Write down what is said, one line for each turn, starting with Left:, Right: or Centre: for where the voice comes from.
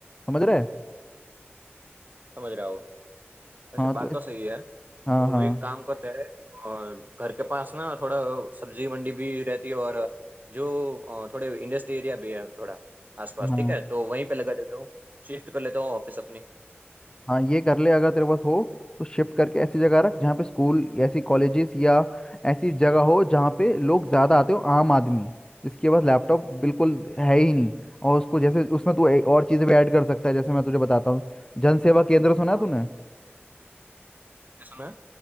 Left: समझ रहे
Right: समझ रहा हो वैसे
Left: हाँ
Right: बात
Left: तो इस-
Right: तो सही है
Left: हाँ
Right: तो
Left: हाँ
Right: एक काम करते हैं और घर के पास ना थोड़ा सब्जी मंडी भी रहती है और जो अ, थोड़े इंडस्ट्री एरिया भी है थोड़ा आसपास
Left: हाँ
Right: ठीक है तो वहीं पे लगा देता हूँ शिफ्ट कर लेता हूँ ऑफिस अपनी
Left: हाँ ये कर ले अगर तेरे पास हो तो शिफ्ट करके ऐसी जगह रख जहाँ पे स्कूल ऐसी कॉलेजेस या ऐसी जगह हो जहाँ पे लोग ज़्यादा आते हो आम आदमी जिसके पास लैपटॉप बिल्कुल है ही नहीं और उसको जैसे उसमें तू ए- और चीज़ें भी ऐड कर सकता है जैसे मैं तुझे बताता हूँ जन सेवा केंद्र सुना है
Right: हाँ
Left: तूने
Right: क्या सुना है